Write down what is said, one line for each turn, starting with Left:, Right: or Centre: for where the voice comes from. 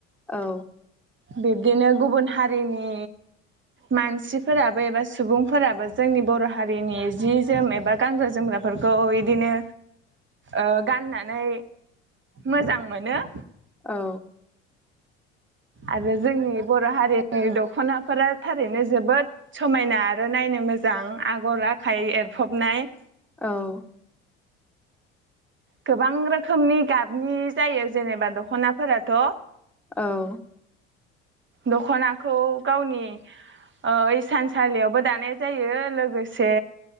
Centre: औ
Right: बिब्दिनो गुबुन हारिनि मानसिफोराबो एबा सुबुंफोराबो जोंनि बर' हारिनि जि जोम एबा गानग्रा जोमग्राफोरखौ इदिनो ओ गाननानै मोजां मोनो
Centre: औ
Right: आरो जोंनि बर' हारिनि दख'नाफोरा थारैनो जोबोद समायना आरो नायनो मोजां आगर आखाइ एरफबनाय
Centre: औ
Right: गोबां रोखोमनि गाबनि जायो जेनेबा दख'नाफोराथ
Centre: औ
Right: दख'नाखौ गावनि ओ इसानसालियावबो दानाय जायो लोगोसे